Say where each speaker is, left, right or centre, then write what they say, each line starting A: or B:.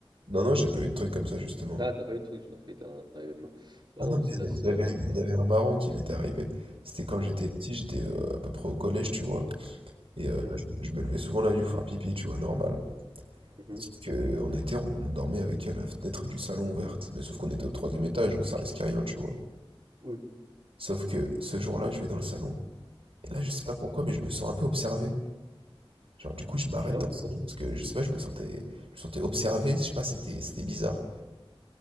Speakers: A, on the right; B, on the right.
A: Non, non, j'ai pas eu de trucs comme ça justement.
B: Ah, t'as pas eu de truc, j'ai compris, t'en avais plein. Ouais,
A: Ah
B: non,
A: non,
B: moi,
A: mais
B: c'est
A: il
B: la
A: y en
B: seule,
A: a- il y en avait, un-
B: après.
A: il y en avait un marrant qui m'était arrivé. C'était quand j'étais petit, j'étais euh, à peu près au collège, tu vois. Et
B: Ok.
A: euh, bah, je, me je me levais souvent la nuit pour faire pipi, tu vois, normal.
B: mhm.
A: Sauf que, en été, on on dormait avec euh, la fenêtre du salon ouverte. Mais sauf qu'on était au troisième étage, donc ça risquait rien, tu vois.
B: Oui.
A: Sauf que ce jour-là, je vais dans le salon. Et là, je sais pas pourquoi, mais je me sens un peu observé. Genre, du coup, je m'arrête
B: Ah
A: dans
B: ouais?
A: le salon
B: Bon,
A: parce que je sais pas, je me sentais, je me sentais observé. Je sais pas, c'était, c'était bizarre.